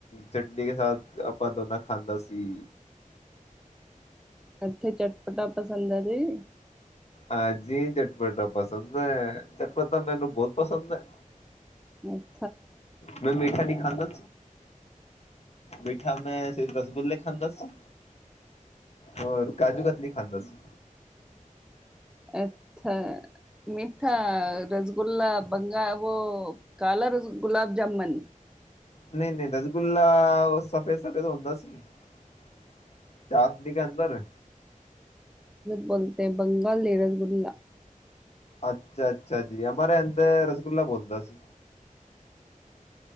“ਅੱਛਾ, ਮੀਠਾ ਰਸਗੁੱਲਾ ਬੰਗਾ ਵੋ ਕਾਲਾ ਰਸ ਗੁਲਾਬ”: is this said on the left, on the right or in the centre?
Centre